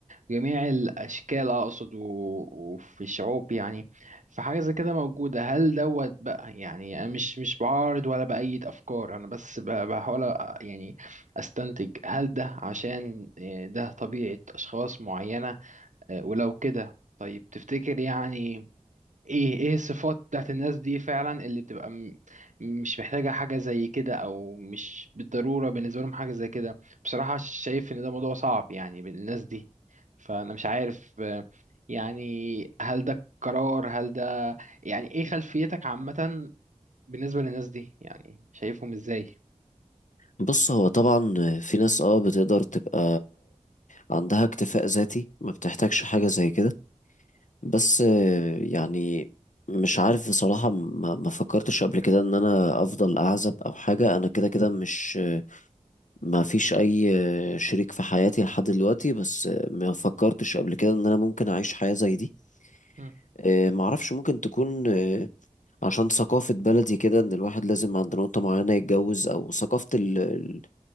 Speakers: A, on the right; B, on the left.
A: جميع الاشكال اقصد و- وفي الشعوب يعني فحاجة زي كده موجودة هل دوت بقى يعني انا مش مش بعارض ولا بأيد افكار انا بس ب- بحاول أ- يعني استنتج هل ده عشان آه، ده طبيعة اشخاص معينة آه، ولو كده طيب تفتكر يعني ايه ايه الصفات بتاعت الناس دي فعلا اللي بتبقى م- مش محتاجة حاجة زي كده او مش بالضرورة بالنسبة لهم حاجة زي كده بصراحة شايف ان ده موضوع صعب يعني بالناس دي فانا مش عارف آه، يعني هل ده قرار هل ده يعني ايه خلفيتك عامة بالنسبة للناس دي يعني شايفهم ازاي
B: بص هو طبعا في ناس اه بتقدر تبقى عندها اكتفاء ذاتي ما بتحتاجش حاجة زي كده بس آه، يعني مش عارف بصراحة ما, ما فكرتش قبل كده ان انا افضل اعزب او حاجة انا كده كده مش آه، ما فيش اي آه، شريك في حياتي لحد دلوقتي بس آه، ما فكرتش قبل كده ان انا ممكن اعيش حياة زي دي
A: مم،
B: آه، ما اعرفش ممكن تكون آه، عشان ثقافة بلدي كده ان الواحد لازم عند نقطة معينة يتجوز او ثقافة ال- ال-